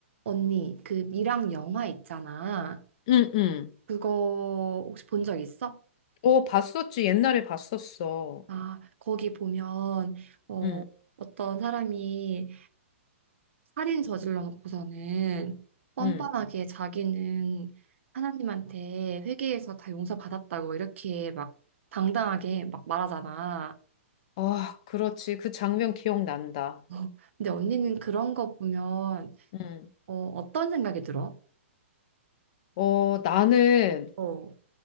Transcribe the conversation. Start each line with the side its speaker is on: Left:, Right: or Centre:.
Right: 언니, 그 미랑 영화 있잖아.
Left: 응, 응.
Right: 그거 혹시 본 적 있어?
Left: 어, 봤었지. 옛날에 봤었어.
Right: 아, 거기 보면 어,
Left: 응,
Right: 어떤 사람이 살인 저질러 놓고서는 뻔뻔하게
Left: 응.
Right: 자기는 하나님한테 회개해서 다 용서받았다고 이렇게 막 당당하게 막 말하잖아.
Left: 아, 그렇지. 그 장면 기억난다.
Right: 어, 근데 언니는 그런 거 보면
Left: 응.
Right: 어, 어떤 생각이 들어?
Left: 어, 나는
Right: 어.